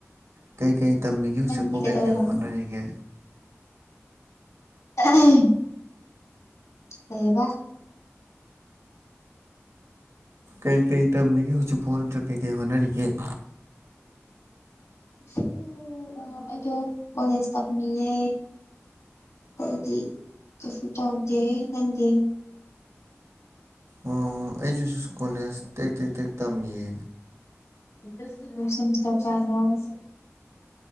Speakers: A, on the right (about 80°); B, on the left (about 80°).
A: ꯀꯩꯀꯩ ꯇꯝꯃꯤꯒꯦ ꯍꯧꯖꯤꯛꯄꯨ
B: ꯅꯪꯗꯤ ꯀꯩꯗꯧꯔꯤꯅꯣ
A: ꯀꯩ ꯀꯩ ꯍꯣꯠꯅꯔꯤꯒꯦ?
B: <unintelligible> ꯀꯩꯌꯦꯕꯥ?
A: ꯀꯩꯀꯩ ꯇꯝꯃꯤꯒꯦ ꯍꯧꯖꯤꯛꯐꯥꯎ ꯅꯠꯇ꯭ꯔ ꯀꯩꯀꯩ ꯍꯣꯠꯅꯔꯤꯒꯦ?
B: ꯁꯨꯝ ꯑ ꯑꯩꯗꯣ ꯀꯣꯂꯦꯖ ꯇꯞꯃꯤꯌꯦ꯫ ꯑꯩꯗꯤ ꯀꯩꯁꯨ ꯇꯧꯗꯦ, ꯅꯪꯗꯤ?
A: ꯑꯣ ꯑꯩꯁꯨ ꯁꯨꯀꯣꯂꯦꯖ ꯇꯦꯛ ꯇꯦꯛ ꯇꯦꯛ ꯇꯝꯃꯤꯌꯦ꯫
B: <unintelligible>